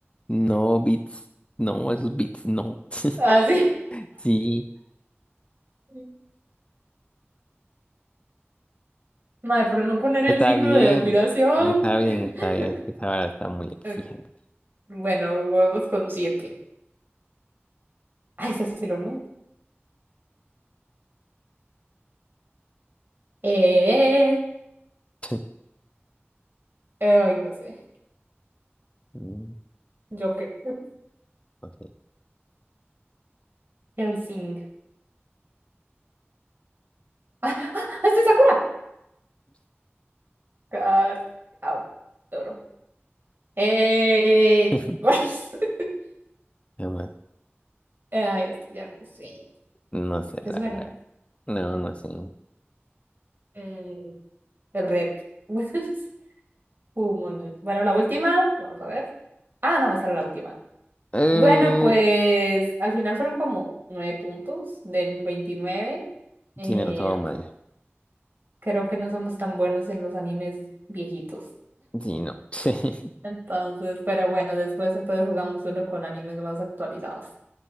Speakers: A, on the left; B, on the right.
A: No, Beats. No, esos Beats, no. <laughs>
B: así.
A: Sí,
B: <laughs> Madre, por no poner
A: está
B: el signo
A: bien.
B: de admiración.
A: Está bien,
B: <laughs>
A: está bien. Es que esa vara está muy exigente.
B: Eh, Bueno, volvemos con siete. Ay, esa es Sailor Moon. Eh,
A: <laughs>
B: eh, ay, no sé.
A: Mm,
B: Joker.
A: No sé.
B: Helsing. <laughs> Ah, ah, este es Sakura. Car- ah, Toro. Eh,
A: <laughs>
B: <laughs>
A: Nada más,
B: ay, esto ya no sé.
A: No sé,
B: ¿Te
A: la
B: suena?
A: verdad. No, no sé.
B: Eh, red. <laughs> Humanoid. Bueno, la última, vamos a ver. Ah, no, esa era la última.
A: Eh,
B: Bueno, pues al final fueron como nueve puntos de veintinueve Eh,
A: sí, no, todo mal.
B: creo que no somos tan buenos en los animes viejitos.
A: Sí, no. <laughs>
B: Entonces, pero bueno, después entonces jugamos uno con animes más actualizados.